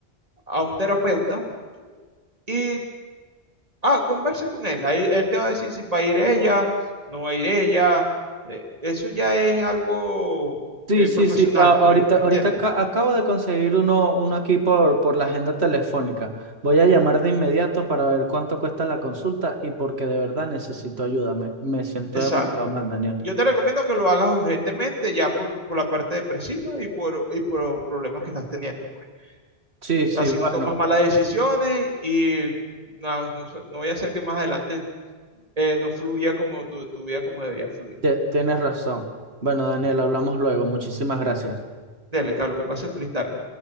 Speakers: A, on the right; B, on the right.
A: a un terapeuta y Ah, converse con él. Ahí él te va a decir si va a ir ella, no va a ir ella. eh, eso ya es algo
B: Sí,
A: eh,
B: sí,
A: profesional,
B: sí. a- ahorita,
A: pues, ¿me
B: ahorita
A: entiendes?
B: aca- acabo de conseguir uno, uno aquí por, por la agenda telefónica. Voy a llamar de inmediato para ver cuánto cuesta la consulta y porque de verdad necesito ayuda. Me, me siento
A: Exacto.
B: demasiado mal, Daniel.
A: Yo te recomiendo que lo hagas urgentemente ya por, por la parte depresiva y por, y por los problemas que estás teniendo, pues.
B: Sí, sí,
A: Así
B: bueno,
A: no tomas malas decisiones y no, no, sé, no vaya a ser que más adelante eh, no fluya como tu, tu vida como debería fluir.
B: te- tienes razón. Bueno, Daniel,
A: Ujú.
B: hablamos luego. Muchísimas gracias.
A: Dele, Carlos, que pase feliz tarde.